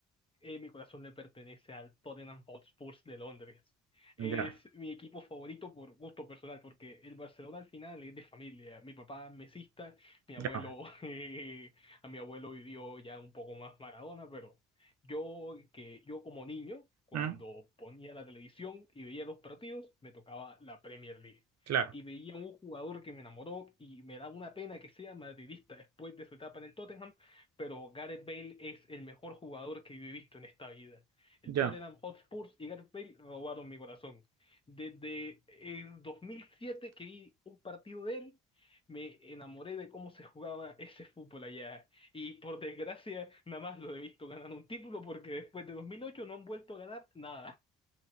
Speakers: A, on the left; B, on the right.
A: eh, mi corazón le pertenece al Tottenham Hotspur de Londres. Es
B: Ya,
A: mi equipo favorito por gusto personal, porque el Barcelona al final es de familia. Mi papá es mesista, mi abuelo,
B: ya.
A: <laughs> eh, a mi abuelo vivió ya un poco más Maradona, pero yo que yo como niño, cuando
B: Ah,
A: ponía la televisión y veía los partidos, me tocaba la Premier League.
B: Claro,
A: Y veía un jugador que me enamoró y me da una pena que sea madridista después de su etapa en el Tottenham pero Gareth Bale es el mejor jugador que yo he visto en esta vida. El
B: ya,
A: Tottenham Hotspurs y Gareth Bale robaron mi corazón. Desde el 2007 que vi un partido de él, me enamoré de cómo se jugaba ese fútbol allá. Y por desgracia, nada más lo he visto ganar un título porque después de 2008 no han vuelto a ganar nada.